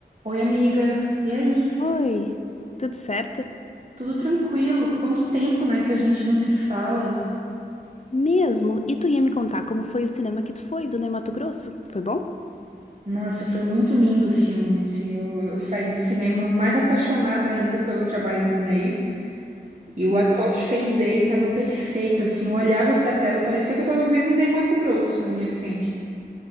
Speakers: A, on the right; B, on the left.
A: Oi, amiga. E aí?
B: Oi, tudo certo?
A: Tudo tranquilo? Quanto tempo, né, que a gente não se fala?
B: Mesmo? E tu ia me contar como foi o cinema que tu foi, do Ney Matogrosso? Foi bom?
A: Nossa, foi muito lindo o filme, assim. Eu, eu saí do cinema mais apaixonada ainda pelo trabalho do Ney. E o
B: Hum.
A: ator que fez ele estava perfeito, assim. Eu olhava para a tela, parecia que eu estava vendo o Ney Matogrosso na minha frente. assim.